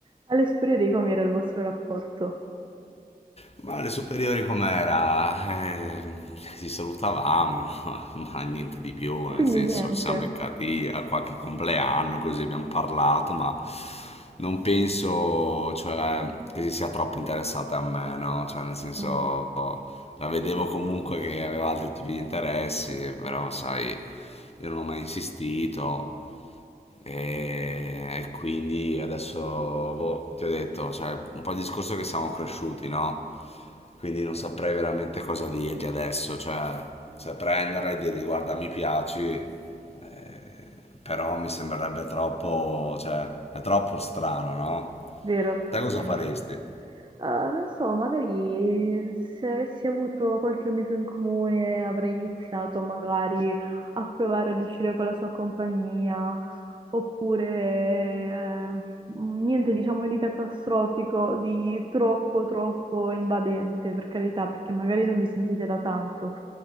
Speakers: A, on the right; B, on the left.
A: alle superiori com'era il vostro rapporto?
B: Ma le superiori com'era? Eh, ci salutavamo, <laughs> ma niente di più,
A: Quindi
B: nel senso,
A: niente,
B: ci siamo beccati a qualche compleanno, così abbiamo parlato, ma non penso, cioè, che si sia troppo interessata a me, no? Cioè, nel senso,
A: Mm,
B: la vedevo comunque che aveva altri tipi di interessi, però, sai, io non ho mai insistito. E quindi adesso boh, ti ho detto, cioè, un po' il discorso è che siamo cresciuti, no? Quindi non saprei veramente cosa dirgli adesso, cioè, se prenderla e dirgli guarda, mi piaci, eh, però mi sembrerebbe troppo, cioè, è troppo strano, no?
A: vero,
B: Te cosa
A: vero.
B: faresti?
A: Eh, non so, magari se avessi avuto qualche amico in comune avrei iniziato magari a provare ad uscire con la sua compagnia, oppure eh, niente diciamo di catastrofico, di troppo troppo invadente, per carità, perché magari non vi sentite da tanto.